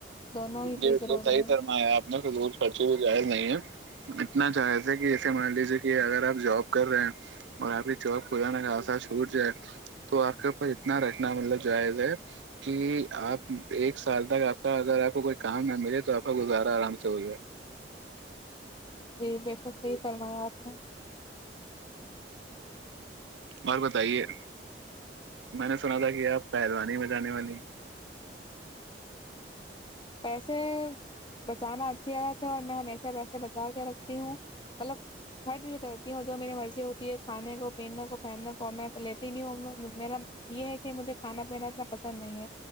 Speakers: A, on the left; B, on the right.
A: دونوں ہی
B: جی
A: چیز
B: بالکل
A: ضروری
B: صحیح
A: ہے
B: فرمایا آپ نے فضول خرچی ہو جائز نہیں ہے اتنا جایز کہ ایسے مان لیجیے کہ اگر آپ جاب کر رہے ہیں اور آپ کی جاب بھلانے کا راستہ چھوٹ جائے تو آپ کے اوپر اتنا رکھنا مطلب جائز ہے کہ آپ ایک سال تک آپ کا اگر آپ کو کوئی کام نہ ملے تو آپکا گزارا آرام سے ہو جائے
A: جی بے شک صحیح فرمایا آپ نے
B: اور بتائیے میں نے سنا تھا کہ آپ پہلوانی میں جانے والی ہیں
A: پیسے بچانا اچھی عادت ہے اور میں ہمیشہ پیسے بچا کے رکھتی ہوں مطلب خرچ بھی کرتی ہوں جو میری مرضی ہوتی ہے کھانے کو پینے کو پہننے کو میں لیتی بھی ہوں میرا یہ ہے کہ مجھے کھانا پینا اتنا پسند نہیں ہے